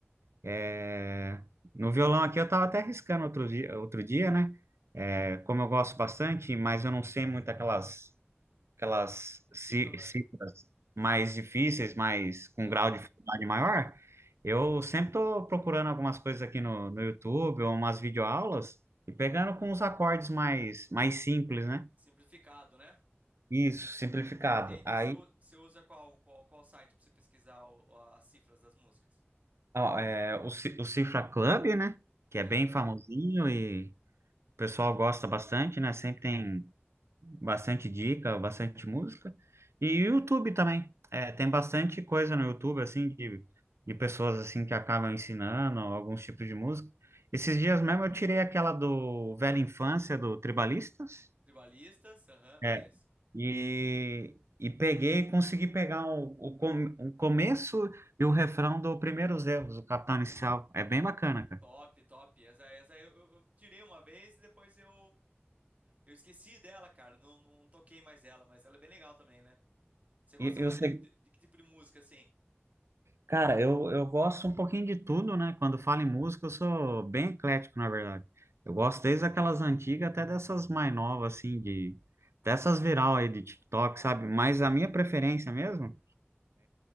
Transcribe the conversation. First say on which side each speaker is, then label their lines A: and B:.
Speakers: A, on the right; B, on the right.
A: é, no violão aqui eu estava até arriscando outro dia, outro dia, né? É, como eu gosto bastante, mas eu não sei muito aquelas aquelas ci-
B: Cifra, ma-
A: cifras mais difíceis, mas com
B: aham.
A: grau de dificuldade maior, eu sempre estou procurando algumas coisas aqui no, no YouTube, ou umas videoaulas, e pegando com os acordes mais, mais simples, né?
B: Simplificado, né?
A: Isso, simplificado.
B: Entendi.
A: Aí,
B: Você, u- você usa qual, qual, qual site para você pesquisar o- as cifras das músicas?
A: ó, é, o, Ci- o Cifra Club, né? Que é bem
B: Aham.
A: famosinho e o pessoal gosta bastante, né? Sempre tem. bastante dica, bastante música. E YouTube também. É, tem bastante coisa no YouTube, assim, de, de pessoas, assim, que acabam ensinando alguns tipos de música. Esses dias mesmo eu tirei aquela do Velha Infância, do Tribalistas,
B: Tribalistas? Aham, conheço.
A: é, e, e peguei, e consegui pegar o, o, com- o começo e o refrão do Primeiros Erros, o Capital Inicial. É bem bacana, cara.
B: Top, top. Essa, essa eu, eu- eu tirei uma vez e depois eu, eu esqueci dela, cara. Não, não toquei mais ela, mas ela é bem legal também, né? Você gosta
A: E, e
B: mais
A: o se-
B: de, de, de que tipo de música, assim?
A: Cara, eu, eu gosto um pouquinho de tudo, né? Quando falo em música, eu sou bem eclético, na verdade. Eu gosto desde aquelas antigas até dessas mais novas, assim, de... Dessas viral aí de TikTok, sabe? Mas a minha preferência mesmo,